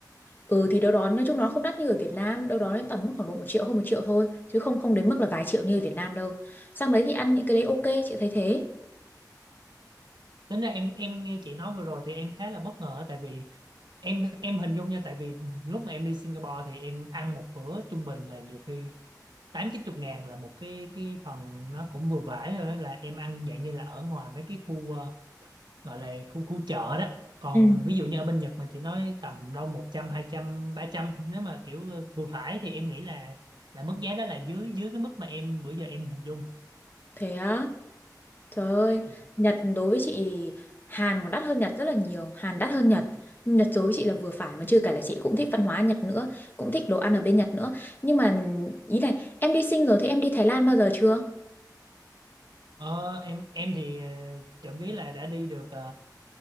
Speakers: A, on the left; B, on the right.
A: ừ thì đâu đó nói chung nó không đắt như ở Việt Nam đâu đó đến tầm khoảng độ một triệu hơn một triệu thôi chứ không không đến mức là vài triệu như ở Việt Nam đâu sang đấy thì ăn những cái đấy ok chị thấy thế
B: tính ra em em nghe chị nói vừa rồi thì em khá là bất ngờ á, tại vì em em hình dung nha tại vì lúc mà em đi Singapore thì em ăn một bữa trung bình là nhiều khi tám chín chục ngàn là một cái cái phần nó cũng vừa vải rồi đó, là em ăn dạng như là ở ngoài mấy cái khu ờ, gọi là khu khu chợ đó còn
A: Ừ.
B: ví dụ như ở bên Nhật mà chị nói tầm đâu một trăm hai trăm ba trăm nếu mà kiểu vừa phải thì em nghĩ là là mức giá đó là dưới dưới cái mức mà em bữa giờ em hình dung
A: thế á Trời ơi,
B: Dạ.
A: Nhật đối với chị thì Hàn còn đắt hơn Nhật rất là nhiều, Hàn đắt hơn Nhật. Nhật đối với chị là vừa phải mà chưa kể là chị cũng thích văn hóa Nhật nữa, cũng thích đồ ăn ở bên Nhật nữa. Nhưng mà ý này, em đi sinh rồi thì em đi Thái Lan bao giờ chưa?
B: ờ, em em thì ờ, trộm vía là đã đi được ờ,